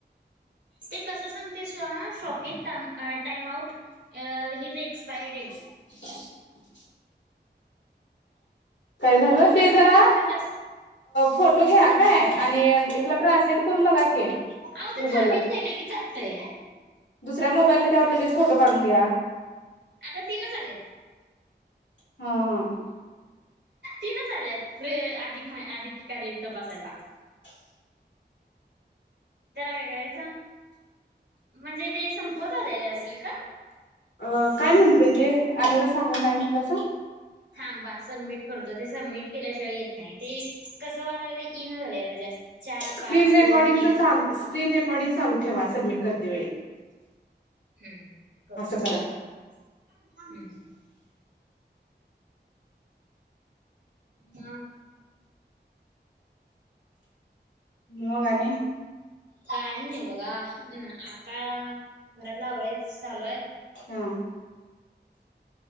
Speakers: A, on the right; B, on the left.
A: ते कस सांगते शॉकी टाइम आउट. अ ही ज एक्सपायरी डेट.
B: <inaudible> काय झालं ते
A: असं
B: जरा
A: काय सांगत अस
B: फोटो घ्या काय आणि हिला ट्रान्सलेट करून बघा की
A: अ ते
B: गुगलला
A: थांबत नाही ल की जातय
B: दुसऱ्या मोबाईलने त्यावर लगेच फोटो काढून घ्या
A: आता तीनच आलेत
B: हा हा
A: तीन ल्यात अधिक मा अधिकिके तपासायला
B: <inaudible>
A: तेला काय करायचा? म्हणजे ते संपत आलेले असेल का?
B: अ काय म्हणतय तेे? आणायला सांगू का म तस?
A: थांबा सबमिट करतो. ते सबमिट केल्याशिवाय येत नाही. ते कसं व्हाया लागलय? ते येईना झालंय आता जास्त. चार. पाच
B: स्क्रीन रेकॉर्डिंग
A: दोन तीन
B: चाल स्क्रीन रेकॉर्डिंग चालू ठेवा सबमिट करते वेळी.
A: हम्म. करतोय
B: असं करा
A: ना? हम्. हां.
B: मग आणि?
A: काही नाही बघा आता घरातल आवरायचं चालू आहे.
B: हा.